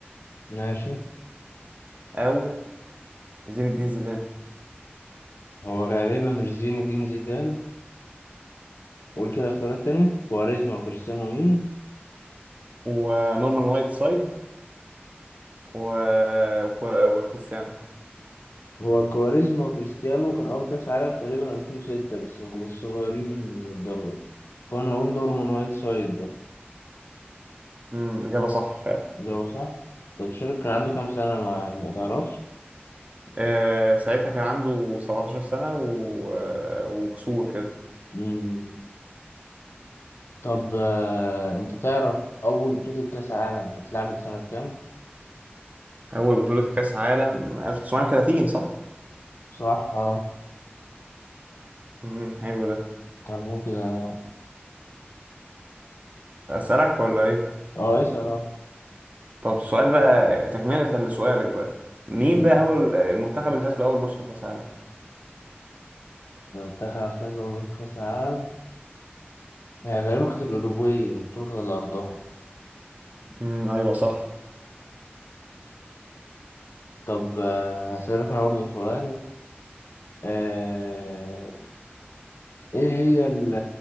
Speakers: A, on the left; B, on the right.
A: ماشي
B: أو زين الدين زيدان
A: هو غالبا مش زين الدين زيدان قول كده اختيارات تاني كواريزما وكريستيانو مين
B: ونورمان وايت سايد و... وكو- وكريستيانو
A: هو كواريزما وكريستيانو كان أول كأس عالم تقريبا 2006 بس ما كانوش صغيرين للدرجة فأنا أقول نورمان وايت سايد ده
B: امم إجابة صح فعلا
A: الإجابة صح طب شارك كان عنده كام سنة ما, ما تعرفش
B: آه، ساعتها كان عنده 17 سنة و... آه، وكسور كده
A: مم. طب آه، أنت تعرف أول بطولة كأس عالم اتلعبت سنة كام؟
B: أول بطولة كأس عالم 1930 صح؟
A: صح اه
B: امم حلو ده
A: طب ممكن اه
B: أسألك ولا إيه؟
A: آه، اسأل اه
B: طب السؤال بقى تكملة لسؤالك بقى مين
A: مم.
B: بقى أول المنتخب اللي فاز بأول نسخة كأس عالم؟
A: منتخب فاز بكأس العالم هي غالبا كانت الأوروجواي البطولة كانت على أرضها
B: امم أيوه صح
A: طب آه، هسألك أنا برضه سؤال آه، إيه هي ال-